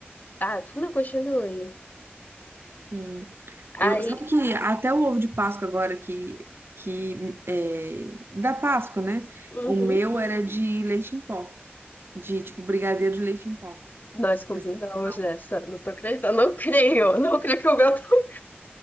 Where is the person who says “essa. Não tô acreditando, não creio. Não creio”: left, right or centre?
Left